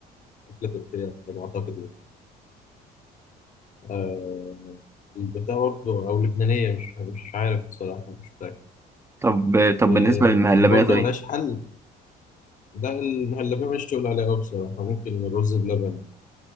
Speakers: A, on the left; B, on the right.
A: أكلة تركية يعني على ما أعتقد يعني آه البتاع برضه أو لبنانية مش مش عارف بصراحة مش متأكد
B: طب طب
A: آه،
B: بالنسبة للمهلبية
A: اللي برضه
B: طيب
A: ملهاش حل ده المهلبية مش تقول عليها أوي بصراحة ممكن الرز بلبن